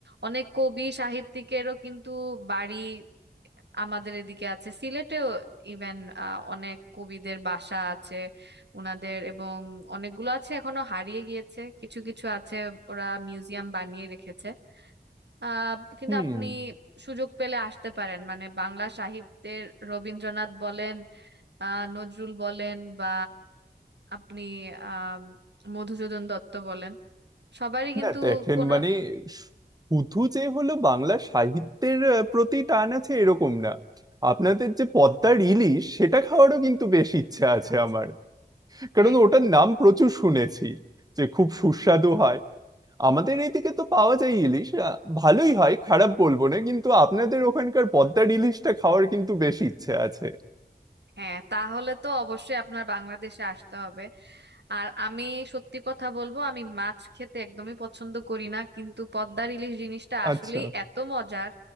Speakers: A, on the right; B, on the right.
A: অনেক কবি সাহিত্যিকেরও কিন্তু বাড়ি আমাদের এদিকে আছে সিলেটেও ইভেন অনেক কবিদের বাসা আছে উনাদের এবং অনেকগুলো আছে এখনো হারিয়ে গিয়েছে কিছু কিছু আছে ওরা মিউজিয়াম বানিয়ে রেখেছে আহ কিন্তু
B: হুম
A: আপনি সুযোগ পেলে আসতে পারেন মানে বাংলা সাহিত্যের রবীন্দ্রনাথ বলেন আহ নজরুল বলেন বা আপনি আহ মধুসূদন দত্ত বলেন সবারই কিন্তু
B: না দেখেন
A: কোনো
B: মানে শুধু যে হলো বাংলা সাহিত্যের আহ, প্রতি টান আছে এরকম না আপনাদের যে পদ্মার ইলিশ সেটা খাওয়ারও কিন্তু বেশ ইচ্ছা আছে
A: আচ্ছা,
B: আমার কারণ
A: হ্যাঁ
B: ওটার নাম প্রচুর শুনেছি যে খুব সুস্বাদু হয় আমাদের এইদিকে তো পাওয়া যায় ইলিশ আহ, ভালোই হয় খারাপ বলবো না কিন্তু আপনাদের ওখানকার পদ্মার ইলিশটা খাওয়ার কিন্তু বেশ ইচ্ছে আছে
A: হ্যাঁ তাহলে তো অবশ্যই আপনার বাংলাদেশে আসতে হবে আর আমি সত্যি কথা বলবো আমি মাছ খেতে একদমই পছন্দ করি না কিন্তু পদ্মার ইলিশ জিনিসটা আসলেই
B: আচ্ছা
A: এত মজার